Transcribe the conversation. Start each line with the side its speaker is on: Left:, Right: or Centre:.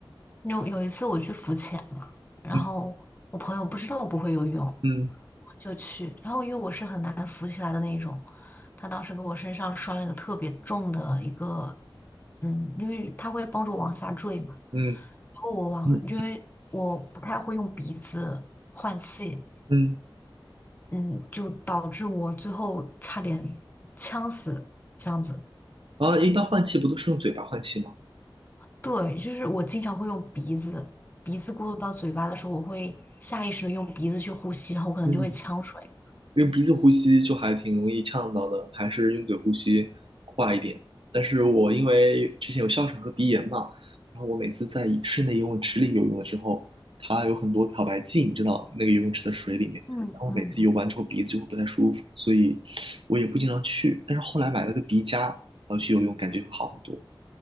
Left: 有有一次我去浮潜嘛，然后我朋友不知道我不会游泳，
Right: 嗯。嗯
Left: 就去。然后因为我是很难扶起来的那一种，他当时给我身上拴了一个特别重的一个，嗯，因为他会帮助我往下坠嘛。
Right: 嗯
Left: 然后我往，
Right: 嗯
Left: 因为我不太会用鼻子换气，
Right: 嗯，
Left: 嗯，就导致我最后差点呛死，这样子。
Right: 啊，一般换气不都是用嘴巴换气吗？
Left: 对，就是我经常会用鼻子，鼻子过渡到嘴巴的时候，我会下意识的用鼻子去呼吸，然后我可能就会呛水。
Right: 嗯，用鼻子呼吸就还挺容易呛到的，还是用嘴呼吸快一点。但是我因为之前有哮喘和鼻炎嘛，然后我每次在室内游泳池里游泳的时候，它有很多漂白剂，你知道那个游泳池的水里面，
Left: 嗯嗯。
Right: 然后每次游完之后鼻子就会不太舒服，所以我也不经常去。但是后来买了个鼻夹，然后去游泳，感觉会好很多。